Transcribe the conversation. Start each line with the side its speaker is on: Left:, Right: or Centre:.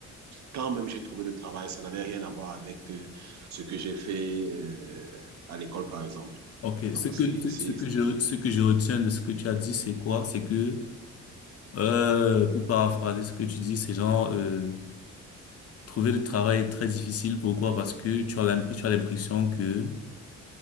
Right: quand même j'ai trouvé le travail, ça n'avait rien à voir avec euh, ce que j'ai fait euh, à l'école, par exemple.
Left: Ok,
Right: Donc,
Left: ce que,
Right: c'est,
Left: ce,
Right: c'est,
Left: ce que je, ce que je retiens de ce que tu as dit, c'est quoi? C'est que, euh, pour paraphraser ce que tu dis, c'est genre, euh, trouver le travail est très difficile. Pourquoi? Parce que tu as l'impression, tu as l'impression que